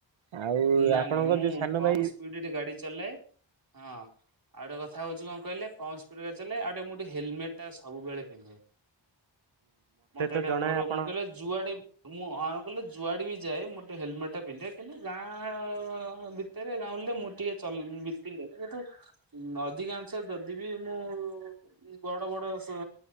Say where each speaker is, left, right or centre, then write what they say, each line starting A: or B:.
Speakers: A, on the right; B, on the right.
A: ଆଉ
B: ନାଇଁ
A: ଆପଣଙ୍କ
B: ନାଇଁ ମୁଁ
A: ଯୋଉ ସାନ
B: କମ୍
A: ଭାଇ
B: ସ୍ପିଡରେ ଗାଡି ଚଲାଏ। ହଁ ଆଉ ଗୋଟେ କଥା ହୋଉଚି କଣ କହିଲେ। କମ୍ ସ୍ପିଡରେ ଚାଲେ ଆଉ ଟିକେ ମୁଁ ଟିକେ ହେଲମେଟ୍ ଟା ସବୁବେଳେ ପିନ୍ଧେ। ମତେ
A: ତ
B: ଏଇଟା
A: ଜଣା
B: ମୋର
A: ଆପଣ
B: ମୁଁ କହିଲେ ଯୁଆଡେ ମୁଁ <unintelligible> କଲେ ଯୁଆଡେ ବି ଯାଏ ମୁଁ ଟିକେ ହେଲମେଟ୍ ଟା ପିନ୍ଧେ କିନ୍ତୁ ଗାଁ ଭିତରେ ଗାଁଉଲିରେ ମୁଁ ଟିକେ ଚ <unintelligible> ଉଁ ଅଧିକାଂସ ଯଦି ବିି ମୁଁ <unintelligible> ବଡ ବଡ ସ